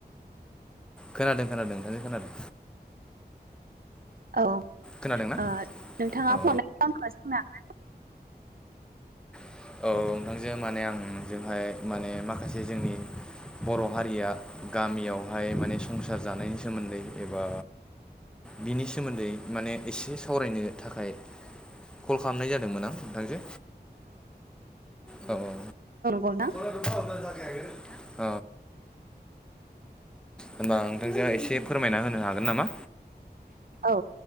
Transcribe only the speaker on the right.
औ ओ
नोंथाङा
<unintelligible>
बुंनो हागोन
औ